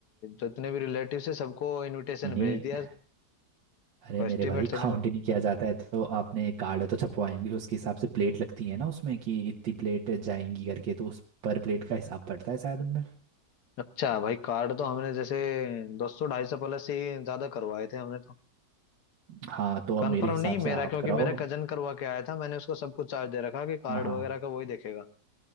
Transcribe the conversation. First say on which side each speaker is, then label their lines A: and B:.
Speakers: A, on the left; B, on the right.
A: जितने भी रिलेटिव है सबको इनविटेशन
B: नहीं नहीं
A: भेज दिया
B: अरे
A: कोई एस्टिमेट
B: मेरे भाई
A: थोड़ी
B: काउंट
A: भाई
B: ही नहीं किया जाता है तो आपने कार्ड तो छपवाएंगे उसके हिसाब से प्लेट लगती है ना उसमें कि इतनी प्लेट जाएंगी करके तो उस पर प्लेट का हिसाब पड़ता है शायद उनमें
A: अच्छा भाई कार्ड तो हमने जैसे दो सौ ढाई सौ प्लस ही ज्यादा करवाए थे हमने तो
B: हाँ तो
A: कन्फर्म
B: अब मेरे हिसाब
A: नहीं मेरा
B: से आप
A: क्योंकि
B: कराओ
A: मेरा कजन करवा के आया था मैंने उसको सब कुछ चार्ज दे रखा कि कार्ड
B: हाँ हाँ
A: वगैरह का वही देखेगा